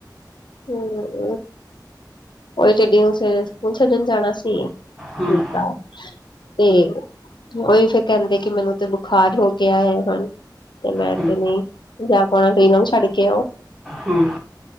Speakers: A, on the left; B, in the centre.
A: ਹਮ <unintelligible> ਓਹੀ ਟਿਡੀ ਨੂ ਸਵੇਰੇ ਸਕੂਲ ਛੱਡਣ ਜਾਣਾ ਸੀ। ਠੀਕ
B: ਹਮ
A: ਆ। ਤੇ ਉਹੀ ਫ਼ਿਰ ਕਹਿੰਦੇ ਕਿ ਮੈਨੂੰ ਤੇ ਬੁਖਾਰ ਹੋ ਗਿਆ ਹੈ। ਹਨ। ਤੇ ਮੈਂ
B: ਹਮ
A: ਤੇ ਨਹੀਂ ਜਾ ਪਾਉਣਾ ਤੁਸੀ ਇਹਨਾਂ ਨੂੰ ਛੱਡ ਕੇ ਆਓ।
B: ਹਮ